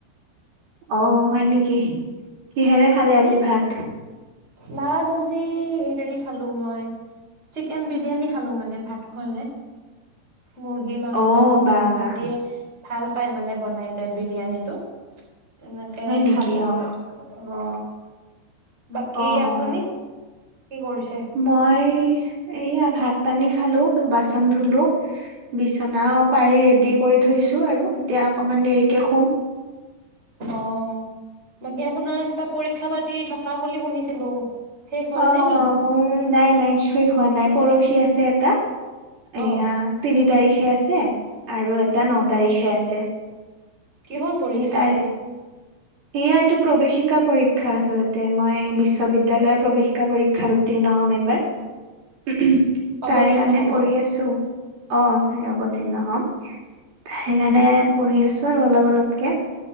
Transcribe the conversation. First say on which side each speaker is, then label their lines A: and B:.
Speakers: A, on the right (about 55°); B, on the right (about 15°).
A: অ হয় নেকি কিহেৰে খালে
B: আপুনি
A: আজি ভাত?
B: ভাত আজি হেৰি খালো মই চিকেন বিৰিয়ানী খালো মানে ভাত খোৱা নাই মুৰ্গী মাংস
A: অ
B: অলপ
A: বা
B: ভটিয়ে
A: বা
B: ভাল পাই মানে বনাই তাই বিৰিয়ানীটো তেনেকে
A: হয় নেকি
B: খালো অলপ
A: অ
B: অ বাকী
A: অ
B: আপুনি
A: অ
B: কি কৰিছে
A: মই এইয়া ভাত পানী খালো বাচন ধুলো বিচনা পাৰি ৰেডি কৰি থৈছো আৰু এতিয়া অকমান দেৰিকে সোম
B: অ বাকী আপোনাৰ কিবা পৰীক্ষা পাতি থকা বুলি শুনিছিলো শেষ হ'ল
A: অ
B: নেকি?
A: অ মোৰ নাই নাই শেষ হোৱা নাই পৰ আছে এ তাত এয়া
B: অ
A: তিনি তাৰিখে আছে আৰু এটা
B: উম
A: ন তাৰিখে আছে
B: কিহৰ পৰীক্ষাইটো
A: এই তাৰ এয়া এইটো প্ৰৱেশিকা পৰীক্ষা আচলতে মই বিশ্ববিদ্য়ালয়ৰ প্ৰৱেশিকা পৰীক্ষাত উ্ত নহ'ম এইবাৰ
B: অৱতীৰ্ণ
A: তাৰে কাৰণে
B: হব
A: পঢ়ি
B: অ
A: আছো অ চাৰ অৱতীৰ্ণ হম সেইকাৰণে পঢ়ি আছো আৰু অলপ অলপকে